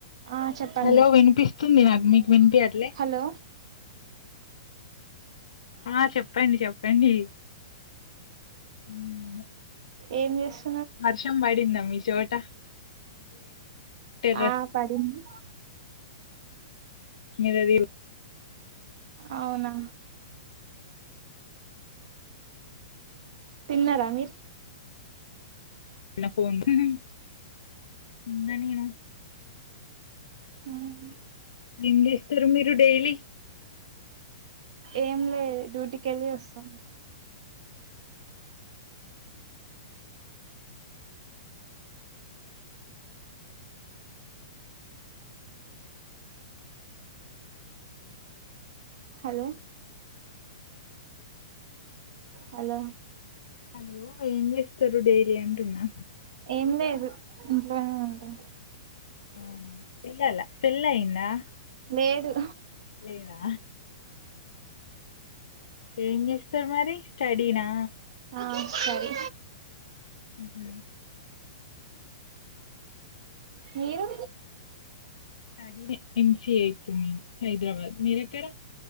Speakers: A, on the right; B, on the left.
A: ఆ చెప్పండి
B: హలో వినిపిస్తుంది నాకు మీకు వినిపియట్ల
A: హలో
B: ఆ చెప్పండి చెప్పండి మ్మ్
A: ఏం చేసు
B: వర్షం బడింద మీ చోట టెర్రస్
A: ఆ పడింది
B: మరరిల్
A: అవునా తిన్నారా మీరు
B: తిన్నా నిను
A: అవును
B: ఏం చేస్తారు మీరు డైలీ
A: ఏం లేదు డ్యూటీకి వెళ్ళి వస్తాం హలో హలో
B: హలో ఏం చేస్తారు డైలీ అంటున్నా
A: ఏం లేదు ఇంట్లోనే ఉంటాం
B: అవున పిల్లల్ల పెళ్ళి అయింద్ అ
A: ఏడు
B: లేదా ఏం చేస్తారు మరి స్టడీనా
A: ఆ స్టడీ
B: ఉహు
A: మీరు
B: స్టడీనే ఎంసీఏ ఇప్పుడు నేను హైదరాబాద్ మీరెక్కడ